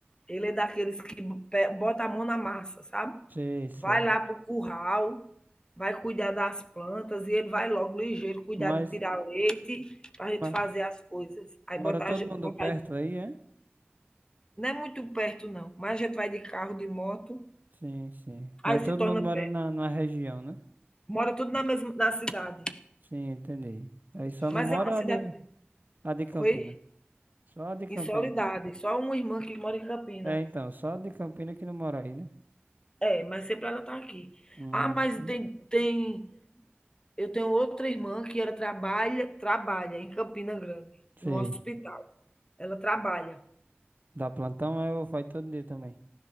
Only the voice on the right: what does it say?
sei, sei.
Mas,
mas
mora
todo mundo
perto aí, é?
Sim, sim. Mas
todo
mundo
mora na, na região, né?
Sim, entendi. Aí só não
mora
a de, a de Campina.
Só a de Campina.
É, então, só a de Campina que não mora aí, né?
Uhum.
Sei.
Dá plantão, eu vai todo dia também.